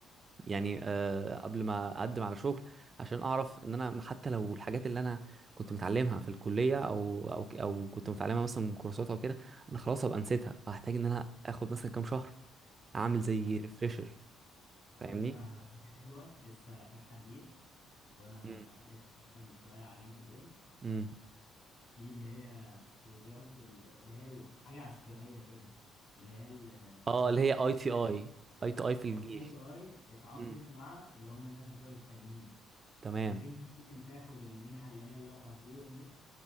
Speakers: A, on the right; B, on the left.
A: يعني آه، قبل ما اقدم على شغل عشان اعرف ان انا حتى لو الحاجات اللي انا كنت متعلمها في الكليه او او او كنت متعلمها مثلا من كورسات او كده انا خلاص هبقى نسيتها فهحتاج ان انا اخد مثلا كام شهر اعمل زي
B: لا
A: ريفريشر
B: أقول
A: فاهمني
B: لك أنا على حاجة حلوة لسه فاتحة جديد وأنا
A: امم
B: لسه شايفها من شوية على لينكد إن
A: امم
B: في اللي هي وزارة ال- اللي هي الحاجة عسكرية كده اللي هي ال- اسمها
A: اه اللي
B: ايه؟
A: هي اي تي
B: اللي
A: اي
B: هي
A: اي تي اي في
B: اه
A: الجيش
B: اي تو اي اتعاقدت
A: امم
B: مع اللي هم الناس بتوع التجنيد
A: تمام
B: انك انت ممكن تاخد المنحة اللي هي الاربع شهور دي